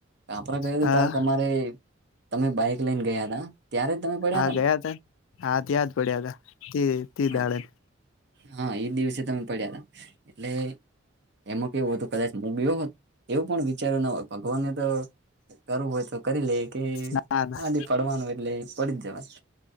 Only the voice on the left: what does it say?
હા
હા
ગયા
ત હા ત્યાં જ પડ્યા ત ત ત
દાડે.
ના ના